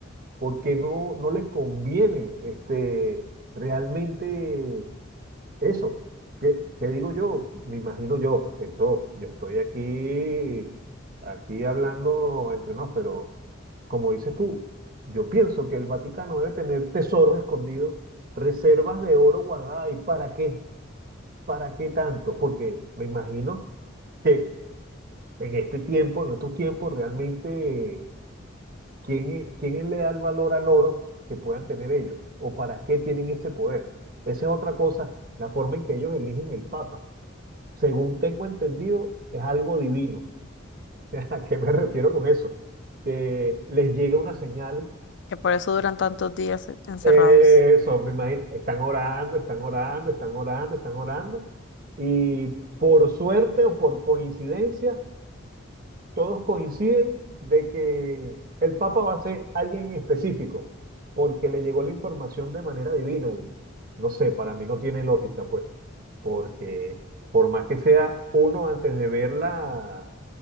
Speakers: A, on the right (about 45°); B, on the left (about 60°).
A: ¿Por qué no, no les conviene este, realmente eso, ¿qué, qué digo yo? Me imagino yo, eso, yo estoy aquí, aquí hablando entre nos, pero como dices tú, yo pienso que el Vaticano debe tener tesoros escondidos, reservas de oro guardadas, ¿y para qué? ¿Para qué tanto? Porque me imagino que en este tiempo, en estos tiempos, realmente, ¿quién, e- quién le da el valor al oro que puedan tener ellos? ¿O para qué tienen ese poder? Esa es otra cosa, la forma en que ellos eligen el Papa según tengo entendido, es algo divino. <laughs> ¿A qué me refiero con eso? Que les llega una señal,
B: que por eso duran tantos días e-, encerrados
A: eso, me imagino, están orando, están orando, están orando, están orando, y por suerte o por coincidencia, todos coinciden de que el Papa va a ser alguien en específico, porque le llegó la información de manera divina y no sé, para mí no tiene lógica, pues, porque por más que sea uno antes de verla